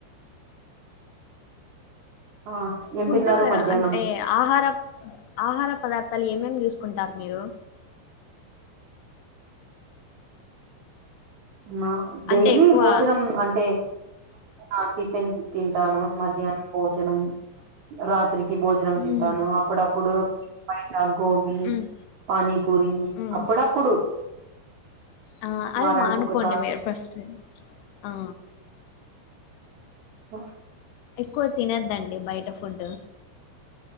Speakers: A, on the right; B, on the left.
A: ఆ ఏం
B: ఫుడ్
A: తిన్నారు మధ్యాహ్నం
B: అంటే ఆహారం ఆహార పదార్థాలు ఏమేమి తీసుకుంటారు మీరు
A: నా డైలీ
B: అంటే ఎక్కువ
A: భోజనం అంటే ఆ టిఫిన్ తింటాను మధ్యాహ్నం భోజనం రాత్రి భోజనం
B: హ్మ్.
A: తింటాను అప్పుడప్పుడు బయట గోబీ
B: హ్మ్.
A: పానీపూరి
B: హ్మ్.
A: అప్పుడప్పుడు
B: ఆ అవి
A: వారానికి
B: మానుకోండి
A: ఒకసారి
B: మీరు ఫస్ట్ ఆ
A: ఆ
B: ఎక్కువ తినద్దండి బయట ఫుడ్డు